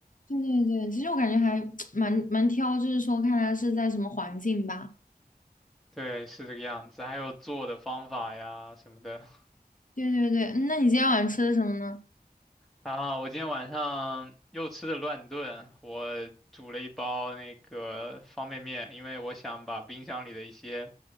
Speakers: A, on the left; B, in the centre.
A: 对对对，其实我感觉还 <tsk> 蛮蛮挑，就是说看他是在什么环境吧。
B: 对，是这个样子。还有做的方法呀什么的
A: 对对对，嗯那你今天晚上吃的什么呢？
B: 啊，我今天晚上又吃的乱炖，我煮了一包那个方便面，因为我想把冰箱里的一些。